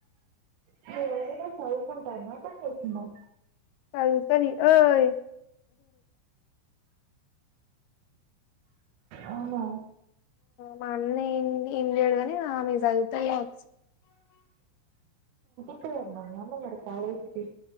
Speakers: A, on the right; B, on the left.
A: మీ వదిన చదువుకుంటాందా బన్ చేసిందా
B: చదు అది ఓయ్
A: అవునా
B: మా అన్న ఏం ఏం చేయడు గని ఆమె సదుతది కావచ్చు.
A: రేప్ <unintelligible> కాలేజ్కి